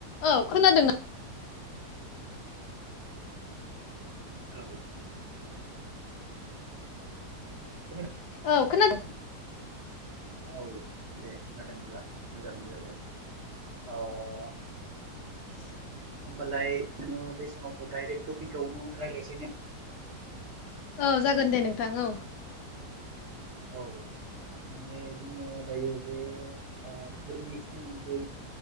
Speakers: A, on the left; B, on the right.
A: औ खोनादों ना?
B: हेलौ खोनादों
A: औ खोनादों
B: औ दे खोनादोंब्ला मोजाङानो जाबाय ओ
A: <inaudible>
B: होमबालाय ङो बे समाव डायरेक टपिकआवनो रायज्लायसैने
A: औ जागोन दे नोंथां औ
B: औ माने जोङो दायो बे बेफोरनि सोमोन्दै